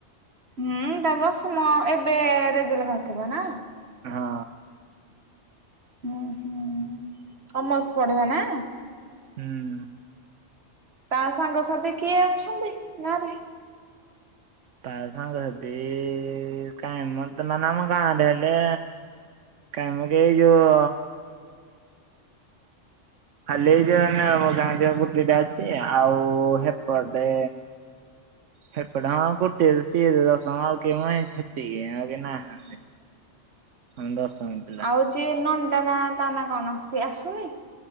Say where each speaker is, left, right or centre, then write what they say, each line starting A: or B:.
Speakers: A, on the right; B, on the right.
A: ଉଁ ତା ଦଶମ ଏବେ ରେଜଲ୍ଟ ବାହାରିଥିବ ନା।
B: ହଁ।
A: ହୁଁ ହୁଁ କମର୍ସ ପଢିବ ନା।
B: ହୁଁ।
A: ତା ସାଙ୍ଗସାଥି କିଏ ଅଛନ୍ତି ଗାଁ ରେ?
B: ତା ସାଙ୍ଗସାଥି କାଇଁ ମ ତ ମାନେ ଆମ ଗାଁରେ ହେଲେ। କାମ କି ଏଇ ଯୋଉ। ଖାଲି ଏଇ ଯୋଉ ମାନେ ଆମ ଗାଁ ଝିଅ ଗୁଡି ଟା ଅଛି ଆଉ ହେପଟେ। ହେପଟେ ହଁ ଗୋଟିଏ ତ ସିଏ ଦଶମ ଆଉ କେହି <unintelligible> ସେତିକି ଆଉ କେହି ନାହା
A: ହୁଁ।
B: ହୁଁ ଦଶ ମୀ
A: ଆଉ ଯିଏ ନଣ୍ଡା ତା ତା ନା କଣ ସିଏ ଆସୁନି?